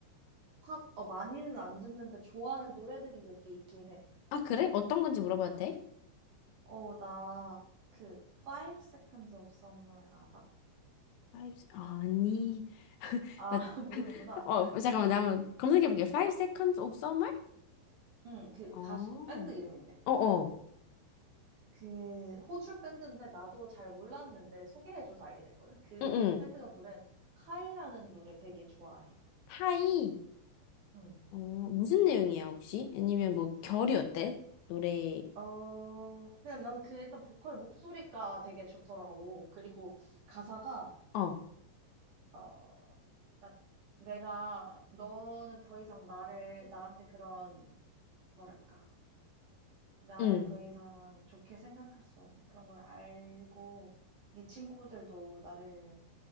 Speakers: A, on the right (about 50°); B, on the left (about 80°).
A: 팝, 어, 많이는 안 듣는데 좋아하는 노래들이 몇 개 있긴 해.
B: 아, 그래? 어떤 건지 물어봐도 돼?
A: 어, 나, 그, Five Seconds of Summer 알아?
B: Five 아니,
A: 아,
B: 나,
A: <laughs> 모르는구나.
B: <laughs> 어, 잠깐만,
A: 그,
B: 나 한번 검색해볼게. Five Seconds of Summer?
A: 응, 그
B: 어,
A: 가수 밴드 이름인데.
B: 어어,
A: 그 호주 밴드인데 나도 잘 몰랐는데 소개해줘서 알게 됐거든. 그
B: 응응.
A: 밴드가 부른 하이라는 노래 되게 좋아해.
B: 하이.
A: 응.
B: 어, 무슨 내용이야, 혹시? 아니면 뭐, 결이 어때? 노래,
A: 어, 그냥 난 그 일단 보컬 목소리가 되게 좋더라고. 그리고 가사가,
B: 어,
A: 어, 그러니까 내가 너는 더 이상 나를, 나한테 그런, 뭐랄까, 나를
B: 응.
A: 더 이상 좋게 생각할 수 없는 그런 걸 알고, 네 친구들도 나를